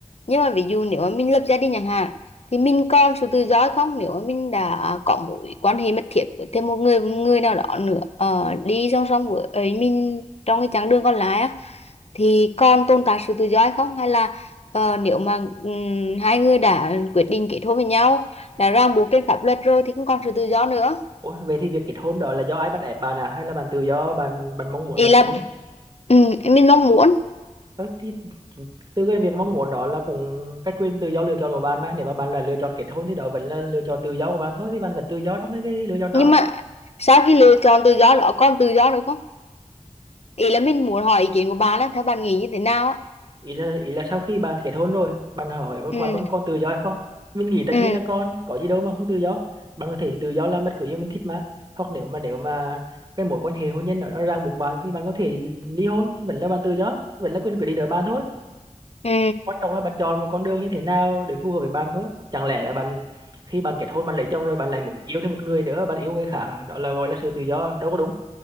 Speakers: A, on the left; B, on the right.
A: nhưng mà ví dụ nếu mà mình lập gia đình chẳng hạn thì mình còn sự tự do hay không nếu mà mình đã có mối quan hệ mật thiết với thêm một người một người nào đó nữa ờ, đi song song với ấy mình trong cái chặng đường còn lại á thì còn tồn tại sự tự do hay không hay là ờ, nếu mà ừm, hai người đã quyết định kết hôn với nhau đã ràng buộc trên pháp luật rồi thì không còn sự tự do nữa
B: Ủa, vậy thì việc kết hôn đó là do ai bắt ép bạn à hay là bạn tự do bạn bạn mong muốn
A: ý
B: mà
A: là
B: kết hôn?
A: ừm, mình mong muốn
B: Ờ, thì chính từ cái việc mong muốn đó là cũng cái quyền tự do lựa chọn của bạn mà nếu mà bạn là lựa chọn kết hôn thì đó vẫn là lựa chọn tự do của bạn thôi thì bạn vẫn tự do trong cái, cái lựa chọn đó.
A: nhưng mà sau khi lựa chọn tự do đó còn tự do được không ý là mình muốn hỏi ý kiến của bà á theo bạn nghĩ như thế nào á
B: Ý là, ý là sau khi bạn kết hôn rồi, bạn hỏi có- bạn
A: ừ
B: còn còn tự do hay không? Mình nghĩ tất
A: ừ
B: nhiên là còn, có gì đâu mà không tự do. Bạn có thể tự do làm bất cứ gì mình thích mà. Hoặc nếu mà nếu mà cái mối quan hệ hôn nhân đó nó ràng buộc bạn thì bạn có thể ly hôn, vẫn là bạn tự do, vẫn là quyền quyết định ở bạn thôi.
A: ừ
B: quan trọng là bạn chọn một con đường như thế nào để phù hợp với bạn thôi chẳng lẽ là bạn khi bạn kết hôn bạn lấy chồng rồi bạn lại muốn yêu thêm một người nữa bạn yêu người khác à? đó là gọi là sự tự do đâu có đúng